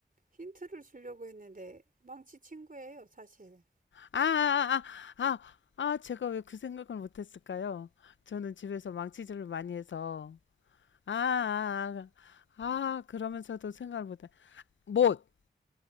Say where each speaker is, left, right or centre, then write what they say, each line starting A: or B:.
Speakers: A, on the right (about 45°); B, on the left (about 85°).
A: 힌트를 주려고 했는데 망치 친구예요 사실
B: 아, 아, 아, 아, 아, 아, 제가 왜 그 생각을 못했을까요? 저는 집에서 망치질을 많이 해서, 아, 아, 아, 아, 그러면서도 생각을 못했어요. 못.